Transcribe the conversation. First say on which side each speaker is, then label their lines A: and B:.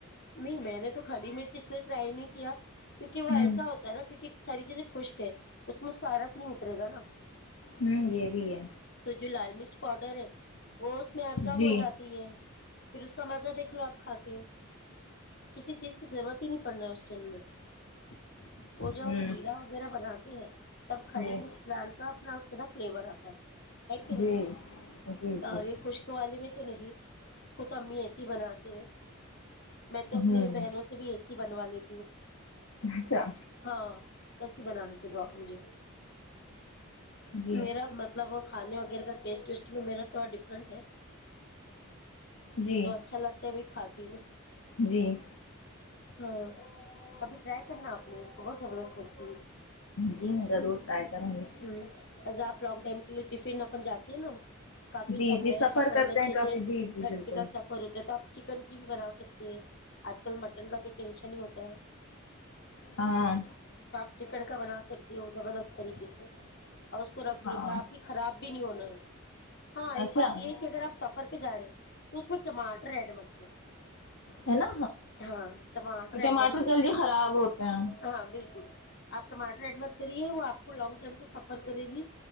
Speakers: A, on the left; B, on the left.
A: نہیں میں نے تو خری مرچ اس لیے ٹرائی نہیں کیا کیونکہ وہ
B: ہوں
A: ایسا ہوتا ہےا کیونکہ ساری چیزیں خشک ہے اس میں اس کا عرق نہیں اترے گا نا
B: ہ یہ بھی ہے
A: تو جو لال مرچ پاؤڈر ہے وہ میں ایفزاب
B: جی
A: ہو جاتی ہے پھر اس کا مزہ دیکھ لو آپ کھا کے کسی چیز کی ضرورت ہی نہیں پڑنا ہے اس کے اندر اور جب
B: ہوں
A: ہم گیلا وغیرہ بناتے ہیں تب کھڑی
B: جی
A: مرچ ڈال کا اپنا اس کے فلیور آتا ہے ہے کہ نہیں
B: جی جی جی
A: تو اور یہ خشک والے میں تو نہیں اس کو تو امی ایسی بناتے ہیں میں تو اپنی
B: ہوں
A: بہنوں سے بھی ایسے ہی بنوا لیتی ہوں
B: اچھا
A: ہاں ایسیے بنا ر کے تو آپ مجھے
B: جی
A: میرا مطلب کھانے وغیرہ کا ٹیسٹ ویسٹ میں میرا تھوڑا ڈفرنٹ ہے
B: جی
A: جو اچھا لگتا ہے وہ کھاتا تی وہ
B: جی
A: ہاں کبھی ٹرائی کرنا آپ نے اس کو بہت زبردست لگتی ہے
B: جی میں ضرور ٹرائی کروں گی
A: ہوں ایزا آپ لانگ ٹائم کے لیے ٹفن اپن جات ہیں نا کافی
B: جی
A: سف
B: جی
A: سفر
B: کرتے
A: ہوتا ہے
B: ہیں
A: چھ
B: کافی
A: چھ
B: جی جی
A: گھنٹے
B: بالکل
A: کا سفر ہوتا ہے تھا چکن بھی بنا سکتے ہیں آج کل مٹن کا تو ٹینشن ہی ہوتا ہے
B: ہاں
A: تو آپ چکن کا بنا سکتے ہو زبردست طریقے سے اور اس کو رکھ
B: ہاں
A: رو آپ کی خراب بنون ہاں ایک
B: اچھا
A: بات یہ ہے کہ اگر آپ سفر پہ جا رہے ہیں تس میں ماٹر ایڈ م کرنا
B: ہے نا
A: ہاں
B: ٹماٹر
A: ایڈ مت کرو
B: جلدی خراب ہوتے ہیں
A: ہاں بالکل آپ ٹماٹر ایڈ مت کریے وہ آپ کو لانگ ٹائم پہ سفر کرے گی